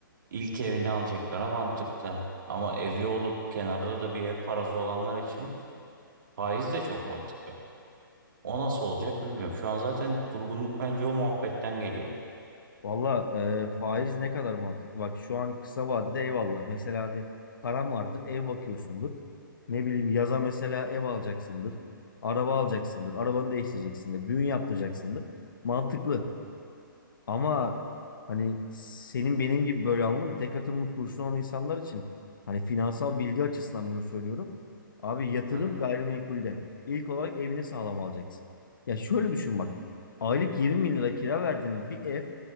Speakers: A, on the right; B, on the left.
A: ilk evini alacaklara mantıklı ama evi olup kenarda da bir ev parası olanlar için Faiz de çok mantıklı. O nasıl olacak bilmiyorum. Şu an zaten durgunluk bence o muhabbetten geliyor.
B: Valla e, faiz ne kadar mantıklı. Bak şu an kısa vadede eyvallah. Mesela hani param vardır ev bakıyorsundur. Ne bileyim yaza mesela ev alacaksındır. Araba alacaksındır. Arabanı değiştireceksindir. Düğün yaptıracaksındır. Mantıklı. Ama hani senin benim gibi böyle anladın mı? Tek atımlı kurşun olan insanlar için hani finansal bilgi açısından bunu söylüyorum. Abi yatırım
A: Hı?
B: gayrimenkulde. İlk olarak evini sağlam alacaksın. Ya şöyle düşün bak. Aylık 20 bin lira kira verdiğin bir ev